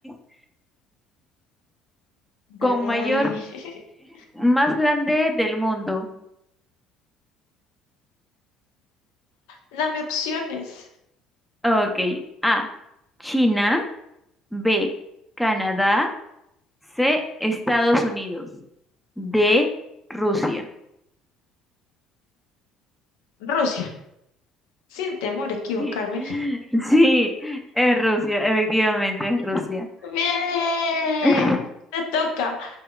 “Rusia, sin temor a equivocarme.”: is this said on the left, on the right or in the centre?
Left